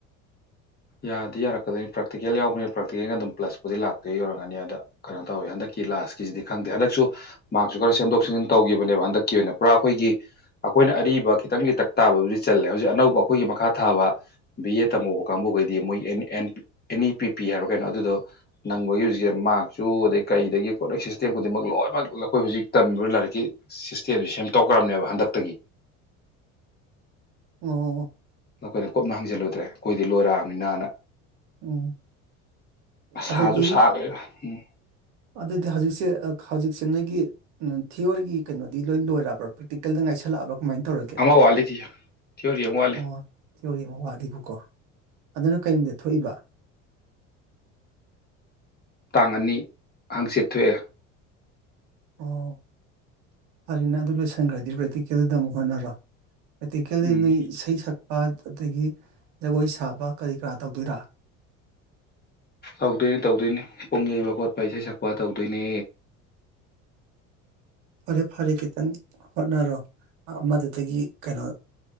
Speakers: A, on the left; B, on the right.
A: ꯌꯥꯔꯗꯤ ꯌꯥꯔꯛꯀꯗꯣꯏꯅꯤ ꯄ꯭ꯔꯦꯇꯤꯀꯦꯜ ꯌꯥꯎꯕ ꯄ꯭ꯔꯥꯛꯇꯤꯀꯦꯜ ꯑꯗꯨꯝ ꯄ꯭ꯂꯁꯄꯨꯗꯤ ꯂꯥꯛꯇꯣꯏ ꯌꯧꯔꯅꯤ ꯑꯗ ꯀꯩꯅꯣ ꯇꯧꯋꯤ ꯍꯟꯗꯛꯀꯤ ꯂꯥꯁꯀꯤꯁꯤꯗꯤ ꯈꯪꯗꯦ ꯍꯟꯗꯛꯁꯨ ꯃꯍꯥꯛꯁꯨ ꯈꯔ ꯁꯦꯝꯗꯣꯛ ꯁꯦꯝꯖꯤꯟ ꯇꯧꯈꯤꯕꯅꯦꯕ ꯍꯟꯗꯛꯀꯤ ꯑꯣꯏꯅ ꯄꯨꯔꯥ ꯑꯩꯈꯣꯏꯒꯤ ꯑꯩꯈꯣꯏꯅ ꯑꯔꯤꯕ ꯈꯤꯇꯪ ꯂꯤꯇꯛ ꯇꯥꯕꯗꯨꯗꯤ ꯆꯠꯦ ꯍꯧꯖꯤꯛ ꯑꯅꯧꯕ ꯑꯩꯈꯣꯏꯒꯤ ꯃꯈꯥ ꯊꯥꯕ ꯕꯤ ꯑꯦ ꯇꯝꯍꯧꯕ ꯀꯥꯡꯕꯨꯈꯩ ꯗꯤ ꯃꯣꯏ N N E P P ꯍꯥꯏꯕꯔꯥ ꯀꯩꯅꯣ ꯑꯗꯨꯗꯣ ꯅꯪꯕꯒꯤ ꯍꯧꯖꯤꯛꯁꯦ ꯃꯥꯛꯁꯨ ꯑꯗꯩ ꯀꯩꯗꯒꯤ ꯄꯣꯠꯅ ꯁꯤꯁꯇꯦꯝ ꯈꯨꯗꯤꯡꯃꯛ ꯂꯣꯏꯅꯃꯛ ꯑꯩꯈꯣꯏ ꯍꯧꯖꯤꯛ ꯇꯝꯃꯤꯕ ꯂꯥꯏꯔꯤꯛꯀꯤ ꯁꯤꯁꯇꯦꯝꯁꯦ ꯁꯦꯝꯗꯣꯛꯈ꯭ꯔꯕꯅꯦꯕ ꯍꯟꯗꯛꯇꯒꯤ
B: ꯑꯣ
A: ꯅꯈꯣꯏꯅ ꯀꯨꯞꯅ ꯍꯪꯖꯤꯜꯂꯨꯗ꯭ꯔꯦ ꯑꯩꯈꯣꯏꯗꯤ ꯂꯣꯏꯔꯥ ꯃꯤꯅꯥꯅ
B: ꯎꯝ
A: ꯁꯥꯁꯨ
B: ꯑꯗꯨꯗꯤ
A: ꯁꯥꯈ꯭ꯔꯦꯕ ꯎꯝ
B: ꯑꯗꯨꯗꯤ ꯍꯧꯖꯤꯛꯁꯦ ꯍꯧꯖꯤꯛꯁꯦ ꯅꯣꯏꯒꯤ ꯊꯤꯑꯣꯔꯤꯒꯤ ꯀꯩꯅꯣꯗꯤ ꯂꯣꯏ ꯂꯣꯏꯔꯕ꯭ꯔꯥ ꯄ꯭ꯔꯦꯛꯇꯤꯀꯦꯜꯗ ꯉꯥꯏꯁꯜꯂꯛꯑꯕ ꯀꯃꯥꯏꯅ ꯇꯧꯔꯒꯦ
A: ꯑꯃ ꯋꯥꯠꯂꯤꯗꯤ ꯊꯤꯑꯣꯔꯤ ꯑꯃ ꯋꯥꯠꯂꯤ
B: ꯑꯣ ꯊꯤꯑꯣꯔꯤꯒꯤ ꯑꯃ ꯋꯥꯠꯂꯤꯕꯨꯀꯣ ꯑꯗꯨꯅ ꯀꯔꯤ ꯅꯨꯃꯤꯠꯗ ꯊꯣꯛꯏꯕ
A: ꯇꯥꯡ ꯑꯅꯤ ꯍꯪꯆꯤꯠ ꯊꯣꯛꯑꯦ
B: ꯑꯣ ꯐꯔꯤꯅ ꯑꯗꯨ ꯂꯣꯏꯁꯟꯈ꯭ꯔꯗꯤ ꯄ꯭ꯔꯦꯛꯇꯤꯀꯦꯜꯗꯨꯗ ꯑꯃꯨꯛ ꯍꯣꯠꯅꯔ ꯄ꯭ꯔꯦꯛꯇꯤꯀꯦꯜꯗꯨ
A: ꯎꯝ
B: ꯅꯣꯏ ꯏꯁꯩ ꯁꯛ ꯑꯗꯒꯤ ꯖꯒꯣꯏ ꯁꯥꯕ ꯀꯔꯤ ꯀꯔꯥ ꯇꯧꯗꯣꯏꯔ
A: ꯇꯧꯗꯣꯏꯅꯤ ꯇꯧꯗꯣꯏꯅꯤ ꯄꯨꯡ ꯌꯩꯕ ꯈꯣꯠꯄ ꯏꯁꯩ ꯁꯛꯄ ꯇꯧꯗꯣꯏꯅꯦ
B: ꯐꯔꯦ ꯐꯔꯦ ꯈꯤꯇꯪ ꯍꯣꯠꯅꯔꯣ ꯑꯃꯗꯨꯗꯒꯤ ꯀꯩꯅꯣ